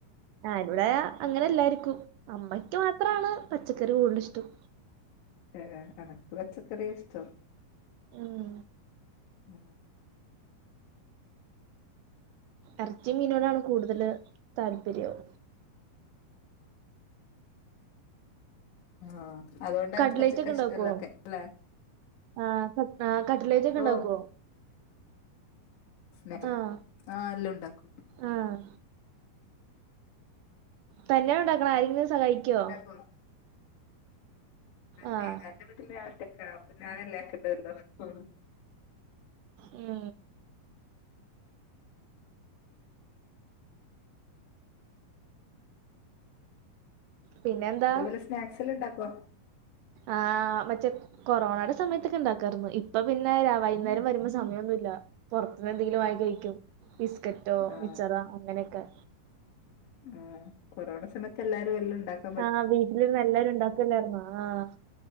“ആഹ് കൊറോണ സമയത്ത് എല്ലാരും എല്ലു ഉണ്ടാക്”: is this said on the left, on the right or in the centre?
Left